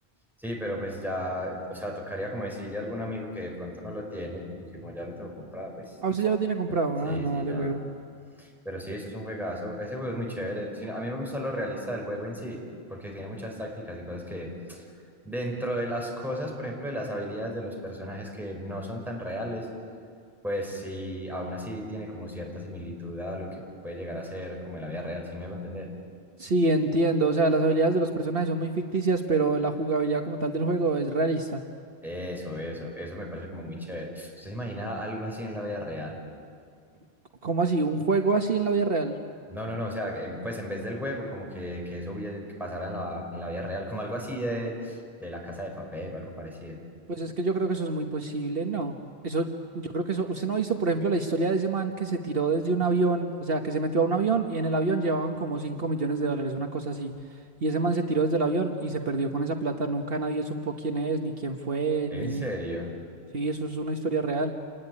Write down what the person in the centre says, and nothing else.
Sí, pero pues ya, o sea, tocaría como decirle a algún amigo que de pronto no lo tiene, porque como ya lo tengo comprado, pues
ya- sí,
sí,
ya.
Pero sí, eso es un juegazo. Ese juego es muy chévere. El- si- no, A mí me gusta lo realista del juego en sí, porque tiene muchas tácticas y cosas que dentro de las cosas, por ejemplo, de las habilidades de los personajes que no son tan reales, pues sí, aún así tiene como cierta similitud a lo que puede llegar a ser como en la vida real, si me hago entender?
Eso, eso, eso me parece como muy chévere. ¿Usted se imagina algo así en la vida real?
No, no, no, o sea, que en- pues en vez del juego, como que, que eso hubiera- que pasara en la, en la vida real, como algo así de, de la casa de papel o algo parecido.
¿En
serio?